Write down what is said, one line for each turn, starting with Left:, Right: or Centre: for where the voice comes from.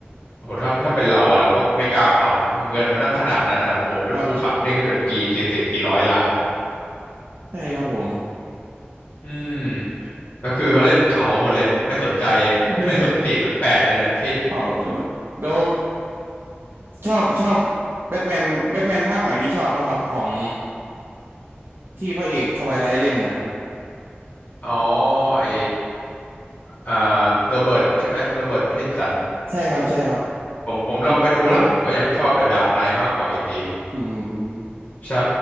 Left: โหถ้าถ้าเป็นเราอ่ะเราก็ไม่กล้าเผาเนาะเงินมันนั่งขนาดนั้นอ่ะโอ้โหเป็นภูเขานี่คือเป็นกี่กี่สิบกี่ร้อยล้าน
Right: ครับใช่ครับผม
Left: อืมแล้วคือเขาเล่นเผาหมดเลยไม่สนใจ
Right: <laughs>
Left: ไม่สนสี่สนแปดอะไรทั้งสิ้น
Right: เผาแล้วชอบชอบแบทแมนแบทแมนภาคใหม่นี้ชอบปะครับของที่พระเอกทวายไลท์เล่นนะครับ
Left: อ๋อไออ่าโรเบิร์ตใช่ไหมโรเบิร์ตแพตตินสัน
Right: ใช่ครับใช่ครับ
Left: ผมผมลองไปดูแล้วผมก็ยังชอบ The Dark Knight มากกว่าอยู่ดี
Right: อืม
Left: ใช่